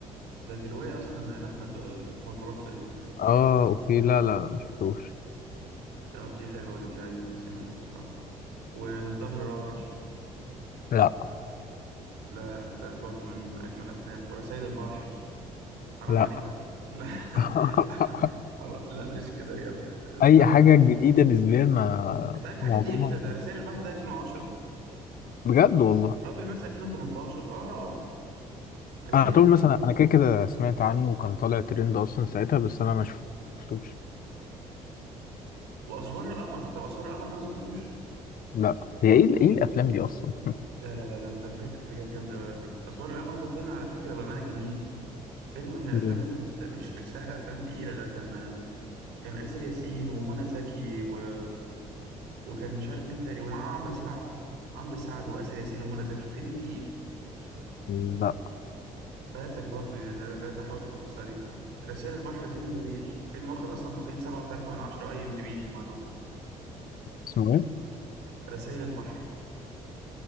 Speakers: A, on the right; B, on the left.
A: ده دي روايه اصلا لاحمد احمد مراد تقريبا
B: اه اوكي لا لا لا مشفتوش
A: طب دي حلوه دي عايزه تتسمع دي بصراحه ومن ظهر راجل
B: لا
A: لا لا ده برضو من اجمل افلام ورسائل البحر حرام
B: لا
A: عليك بقى لا
B: <laughs>
A: <laughs> حرام. لا مش كده يا جدع انت
B: اي حاجه جديده نسبيا ما
A: انت عارف الحاجات
B: معظمها
A: دي امتى ده رسائل البحر ده 2010
B: بجد والله
A: راب الماس 2018 اه الحاجات
B: انا
A: دي
B: طول
A: قديمه
B: مثلا انا كده كده سمعت عنه وكان طالع ترند اصلا ساعتها بس انا ما شفتوش
A: واسوار القمر طب اسوار القمر ده ما سمعتوش
B: لا هي ايه ايه الافلام دي اصلا
A: لا لا لا ده انت فايتك حاجات جامده قوي يا بيك. اسوار القمر ده فيلم على فكره بامانه جميل فيلم من الافلام
B: جامد.
A: اللي مش مش مش سهله افلام تقيله ده كان كان آسر ياسين ومنى زكي و... وكان مش عارف مين تاني ومعاه عمرو سعد عمرو سعد وآسر ياسين ومنى زكي فيلم تقيل
B: لا
A: فاتك برضو يعني لا لا تحاول تبص عليه رسائل البحر فيلم جميل فيلم واخد أصلا تقييم سبعة وتلاتة من عشرة أي إم دي بي للمعلومة
B: اسمه ايه
A: رسائل البحر